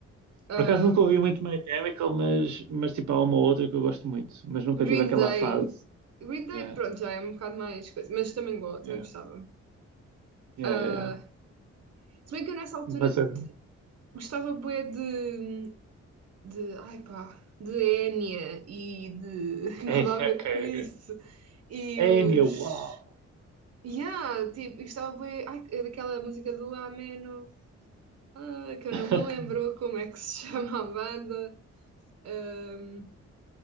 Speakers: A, on the right; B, on the right.
A: Ahm,
B: Por acaso nunca ouvi muito My Chemical, mas, mas tipo há uma ou outra que eu gosto muito, mas nunca
A: Green
B: tive aquela
A: Day.
B: fase.
A: Green Day,
B: Yeah,
A: pronto, já é um bocado mais coisa, mas também gosto,
B: yeah,
A: também gostava.
B: yeah,
A: Ah,
B: yeah. yeah.
A: se bem que eu nessa altura
B: Mas é.
A: gostava bué de, de, ai pá, de Enya e de <laughs> nada
B: Enya,
A: a ver
B: ok, ok.
A: com isso. E os
B: Enya, uau!
A: Yeah, tipo, eu estava bem. Ai, é daquela música do Ameno, ah, que eu
B: <laughs>
A: não me lembro como é que se <laughs> chama a banda. Ahm,